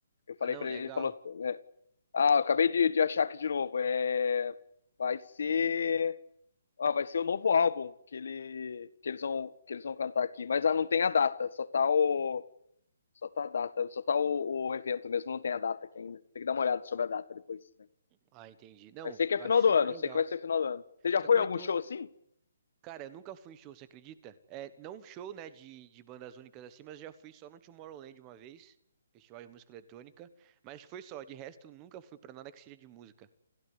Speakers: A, on the left; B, on the right.
A: Eu falei
B: Ah, não,
A: para
B: legal.
A: ele, ele falou, é, ah, eu acabei de, de achar aqui de novo, é, vai ser, ah, vai ser o novo álbum que ele que eles vão que eles vão cantar aqui, mas ah, não tem a data, só tá o só tá a data, só tá o, o evento mesmo, não tem a data aqui ainda. Tem que dar uma olhada sobre a data depois. né?
B: Ah, entendi. Não,
A: Mas sei que
B: eu
A: é final
B: acho super
A: do ano,
B: legal.
A: sei que vai ser final do ano. Você já
B: Você
A: foi
B: comentou,
A: a algum show assim?
B: cara, eu nunca fui em show, você acredita? É, não show, né, de, de bandas únicas assim, mas já fui só no Tomorrowland uma vez, festival de música eletrônica, mas foi só, de resto nunca fui pra nada que seja de música.